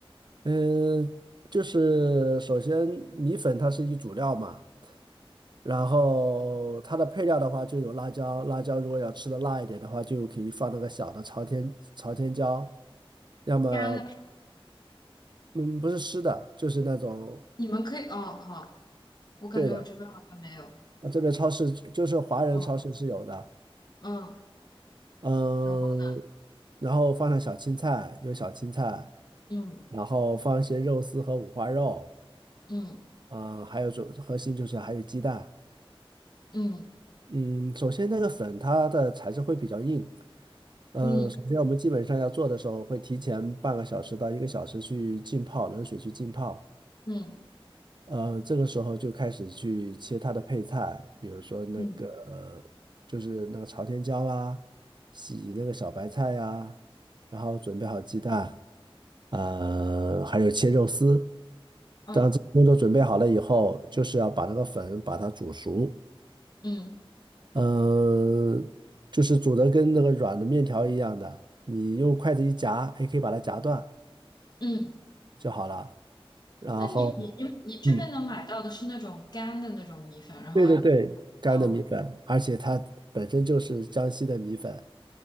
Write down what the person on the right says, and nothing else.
嗯，就是首先米粉它是一主料嘛，然后它的配料的话就有辣椒，辣椒如果要吃的辣一点的话，就可以放那个小的朝天朝天椒，要么
嗯不是湿的，就是那种
对的，啊这边超市就是华人超市是有的，
嗯，
然后放上小青菜，有小青菜。
然后放一些肉丝和五花肉，
啊、还有主核心就是还有鸡蛋。
嗯，首先那个粉它的材质会比较硬，嗯、
首先我们基本上要做的时候会提前半个小时到一个小时去浸泡，冷水去浸泡。
呃，这个时候就开始去切它的配菜，比如说那个呃就是那个朝天椒啊，
洗那个小白菜呀、然后准备好鸡蛋，呃，还有切肉丝。
当这个工作准备好了以后，就是要把那个粉把它煮熟，
嗯，就是煮的跟那个软的面条一样的，你用筷子一夹，也可以把它夹断
就好了。然后，
嗯，
对对对，干的米粉，
而且它本身就是江西的米粉，